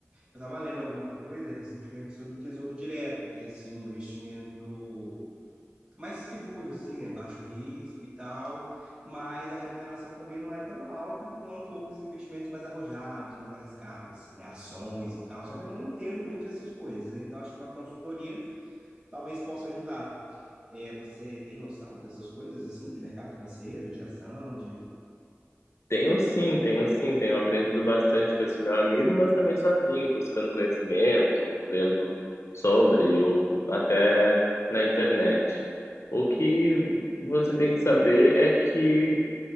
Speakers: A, on the right (about 15°); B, on the left (about 65°).
A: Eu estava lendo alguma coisa recentemente sobre Tesouro Direto, que é, assim, investimento mais seguro, assim, né? Baixo risco e tal, mas a remuneração também não é tão alta quanto outros investimentos mais arrojados, mais arriscados, assim, né? Ações e tal. Só que eu não entendo muito dessas coisas, então acho que uma consultoria talvez possa ajudar. É, você tem noção dessas coisas, assim, de mercado financeiro, de ação, de.
B: Tenho sim, tenho sim, tenho aprendido bastante com esse meu amigo, mas também sozinho, buscando conhecimento, lendo sobre, ou até na internet. O que você tem que saber é que